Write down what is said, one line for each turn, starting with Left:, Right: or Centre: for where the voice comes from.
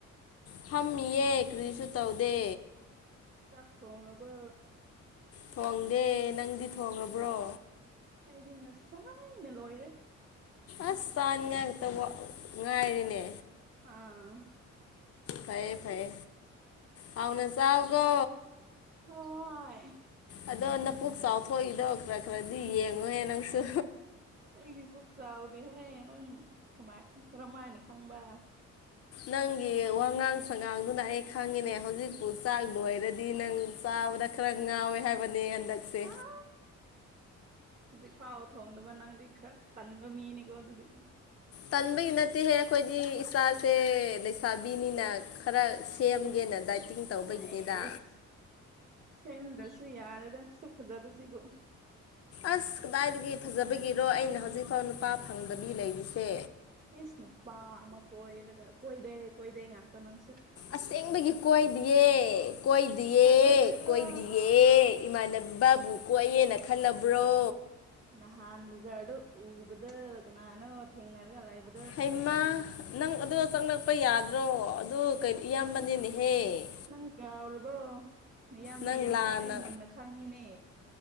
Left: ꯐꯝꯃꯤꯌꯦ ꯀꯔꯤꯁꯨ ꯇꯧꯗꯦ
Right: ꯆꯥꯛ ꯊꯣꯡꯉꯕꯣ
Left: ꯊꯣꯡꯗꯦ ꯅꯪꯗꯤ ꯊꯣꯡꯉꯕ꯭ꯔꯣ
Right: ꯑꯩꯗꯤ ꯉꯁꯥꯏꯅ ꯂꯣꯏꯔꯦ
Left: ꯑꯁ ꯆꯥꯅꯤꯡꯉꯥꯏꯛꯇꯕ ꯉꯥꯏꯔꯤꯅꯦ
Right: ꯑꯥ
Left: ꯐꯩ ꯐꯩ ꯍꯥꯎꯅ ꯆꯥꯎꯀꯣ
Right: ꯍꯣꯏ
Left: ꯑꯗꯣ ꯅꯄꯨꯛ ꯆꯥꯎꯊꯣꯛꯏꯗꯣ ꯈꯔ ꯈꯔꯗꯤ ꯌꯦꯡꯉꯨꯍꯦ ꯅꯪꯁꯨ
Right: ꯑꯩꯒꯤ ꯄꯨꯛ ꯆꯥꯎꯗꯦꯍꯦ ꯅꯪ ꯀꯃꯥꯏ ꯀꯔꯝꯃꯥꯏꯅ ꯈꯪꯕ
Left: ꯅꯪꯒꯤ ꯋꯥꯉꯥꯡ ꯁꯉꯥꯡꯗꯨꯅ ꯑꯩ ꯈꯪꯉꯤꯅꯦ ꯍꯧꯖꯤꯛꯁꯨ ꯆꯥꯛ ꯂꯣꯏꯔꯗꯤ ꯅꯪ ꯆꯥꯕꯗ ꯈꯔ ꯉꯥꯎꯋꯦ ꯍꯥꯏꯕꯅꯦ ꯍꯟꯗꯛꯁꯦ
Right: ꯑꯁ ꯍꯧꯖꯤꯛ ꯐꯥꯎ ꯊꯣꯡꯗꯕ ꯅꯪꯗꯤ ꯈꯔ ꯇꯟꯕ ꯃꯤꯅꯤꯀꯣ ꯑꯗꯨꯗꯤ
Left: ꯇꯟꯕꯒꯤ ꯅꯠꯇꯦꯍꯦ ꯑꯩꯈꯣꯏꯗꯤ ꯏꯁꯥꯁꯦ ꯂꯩꯁꯥꯕꯤꯅꯤꯅ ꯈꯔ ꯁꯦꯝꯒꯦꯅ ꯗꯥꯏꯇꯤꯡ ꯇꯧꯕꯒꯤꯅꯤꯗ
Right: ꯍꯥꯏꯁ ꯁꯦꯝꯗ꯭ꯔꯁꯨ ꯌꯥꯔꯦꯗ ꯁꯨꯛ ꯐꯖꯕꯁꯤꯕꯨ
Left: ꯑꯁ ꯀꯗꯥꯏꯗꯒꯤ ꯐꯖꯕꯒꯤꯔꯣ ꯑꯩꯅ ꯍꯧꯖꯤꯛꯐꯥꯎ ꯅꯨꯄꯥ ꯐꯪꯗꯕꯤ ꯂꯩꯔꯤꯁꯦ
Right: ꯏꯁ ꯅꯨꯄꯥ ꯑꯃ ꯀꯣꯏꯔꯒ ꯀꯣꯏꯗꯦ ꯀꯣꯏꯗꯦ ꯉꯥꯛꯇꯥ ꯅꯪꯁꯨ
Left: ꯑꯁꯦꯡꯕꯒꯤ ꯀꯣꯏꯗꯤꯌꯦ ꯀꯣꯏꯗꯤꯌꯦ
Right: ꯊꯥꯖꯗ꯭ꯔꯦꯀꯣ
Left: ꯀꯣꯏꯗꯤꯌꯦ ꯏꯃꯥꯟꯅꯕꯕꯨ ꯀꯣꯏꯌꯦꯅ ꯈꯜꯂꯕ꯭ꯔꯣ
Right: ꯅꯍꯥꯟ ꯕꯖꯥꯔꯗ ꯎꯕꯗ ꯀꯅꯥꯅꯣ ꯍꯦꯡꯅꯔꯒ ꯂꯩꯕ
Left: ꯍꯩꯃꯥ ꯅꯪ ꯑꯗꯣ ꯆꯪꯂꯛꯄ ꯌꯥꯗ꯭ꯔꯣ ꯑꯗꯨ ꯀꯩꯅꯣ ꯏꯌꯥꯝꯕꯅꯤꯅꯦꯍꯦ
Right: ꯅꯪ ꯅꯪ ꯀꯥꯎꯔꯕꯣ ꯃꯌꯥꯝꯕꯒꯤ
Left: ꯅꯪ
Right: ꯃꯁꯛ
Left: ꯂꯥꯟꯅ
Right: ꯑꯩ ꯃꯨꯟꯅ ꯈꯪꯉꯤꯅꯦ